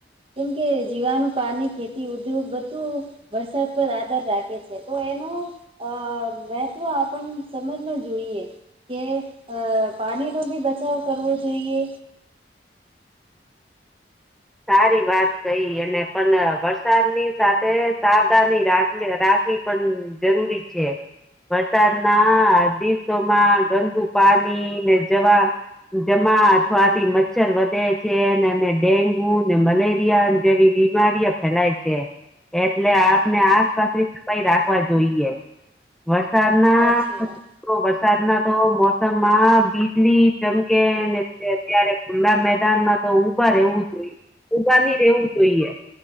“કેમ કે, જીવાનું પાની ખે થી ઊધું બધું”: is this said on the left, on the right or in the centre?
Right